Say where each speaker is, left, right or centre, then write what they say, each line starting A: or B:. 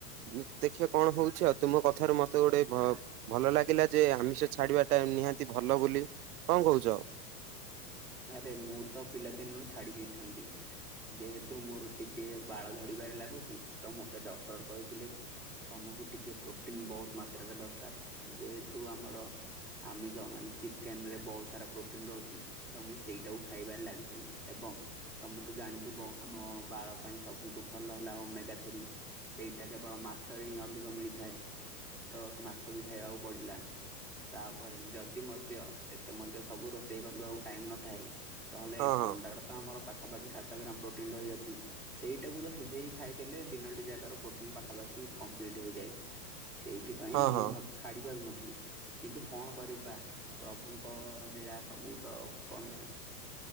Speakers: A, on the right; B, in the centre.
A: ଉଁ ଦେଖିଆ କଣ ହୋଉଛି ଆଉ। ତୁମ କଥାରୁ ମତେ ଗୋଟେ ଭ ଭଲ ଲାଗିଲା ଯେ ଆମିଷ ଛାଡିବାଟା ନିହାତି ଭଲ ବୋଲି। କଁ କୋହୁଚ ଆଉ
B: ଆରେ ମୁଁ ତ ପିଲାଦିନରୁୁ ଛାଡି ଦେଇଥାନ୍ତି ଯେହେତୁ ମୋରୋ ଟିକେ ବାଳ ଝଡ଼ିବାରେ ଲାଗୁଚି ତ ମୋତେ ଡକ୍ଟର କହିଥିଲେ କି ତମୁକୁ ଟିକେ ପ୍ରୋଟିନ ବୋହୁତ ମାତ୍ରାରେ ଦରକାର ଯେହେତୁ ଆମର ଆମିଷ ମାନେ ଚିକେନରେ ବୋହୁତ ସାରା ପ୍ରୋଟିନ୍ ରୋହୁଚି। ତ ମୁଁ ସେଇଟାକୁ ଖାଇବାରେ ଲାଗିଥିଲି ଏବଂ ତମେ ତ ଜାଣିଥିବ ଆମ ବାଳ ପାଇଁ ସବୁଠୁ ଭଲ ହେଲା ଓ ମେଗା ଥ୍ରୀ। ସେଇଟା କେବଳ ମାଛରେ ହିଁ ଅଧିକ ମିଳିଥାଏ ତ ମାଛ ବି ଖାଇବାକୁ ପଡିଲା। ତାପରେ ଯଦି ମଧ୍ୟ ଏତେ ମଧ୍ୟ ସବୁ ରୋଷେଇ କରିବାକୁ ଟାଇମ୍ ନଥାଇ ତହେଲେ
A: ହଁ
B: ଅଣ୍ଡାରେ
A: ହଁ
B: ତ ଆମର ପାଖାପାଖି ସାତ ଗ୍ରାମ ପ୍ରୋଟିନ୍ ରହିଅଛି। ସେଇଟାକୁ ତ ସିଜେଇକି ଖାଇଦେଲେ ଦିନଟି ଯାକାର ପ୍ରୋଟିନ ପାଖାପାଖି କମ୍ପ୍ଲିଟ୍ ହୋଇଯାଏ। ସେଇଥିପାଇଁ
A: ହଁ
B: ମୁଁ
A: ହଁ।
B: ଭାବୁ ଛାଡି ପାରୁନଥିଲି କିନ୍ତୁ କଣ କରିବା ପ୍ରଭୁଙ୍କ ଲୀଳା ସବୁ ତ ଆଉ। କଣ କରିବା।